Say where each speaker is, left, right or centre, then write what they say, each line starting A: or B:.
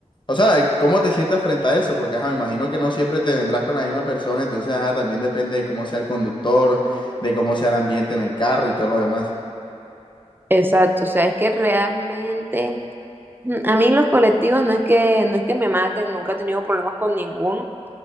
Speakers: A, on the left; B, on the right.
A: O sea, eh, ¿cómo te sientas frente a eso? Porque, ajá, me imagino que no siempre te vendrás con la misma persona, entonces, ajá, también depende de cómo sea el conductor, de cómo sea el ambiente en el carro y todo lo demás.
B: Exacto, o sea, es que realmente... Mm, A mí los colectivos no es que, no es que me maten, nunca he tenido problemas con ninguno,